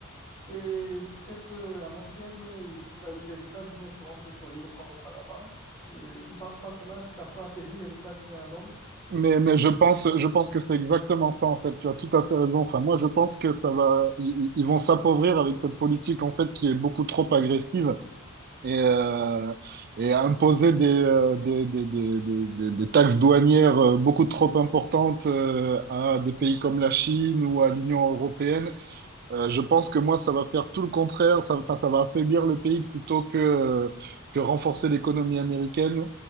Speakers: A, on the left; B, on the right.
A: et peut-être euh, à long terme, euh, la- les États-Unis seront plus solides comme auparavant. Euh, tu ne penses pas cela, que ça peut affaiblir les États-Unis à la longue?
B: Mais, mais je pense, je pense que c'est exactement ça, en fait. Tu as tout à fait raison. Enfin, moi, je pense que ça va, ils, ils- ils vont s'appauvrir avec cette politique, en fait, qui est beaucoup trop agressive et, euh, et imposer des, euh, des, des, des, des, des- des taxes douanières euh, beaucoup trop importantes euh, à des pays comme la Chine ou à l'Union européenne. Euh, je pense que moi, ça va faire tout le contraire. Ça, enfin, ça va affaiblir le pays plutôt que, euh, que renforcer l'économie américaine.